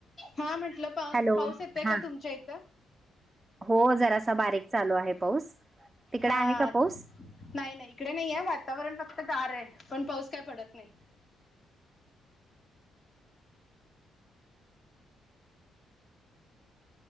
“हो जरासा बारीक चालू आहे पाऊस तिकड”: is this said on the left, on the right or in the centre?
Right